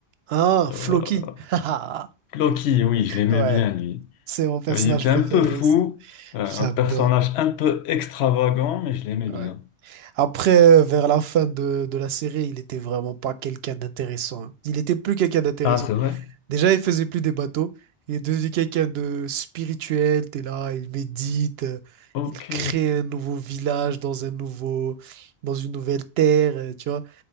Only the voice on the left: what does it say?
Euh,
Loki, oui, je l'aimais
bien, lui.
Euh, Il était
un peu fou,
euh,
un personnage un peu extravagant, mais je l'aimais
bien.
Ah, c'est vrai?
Ok.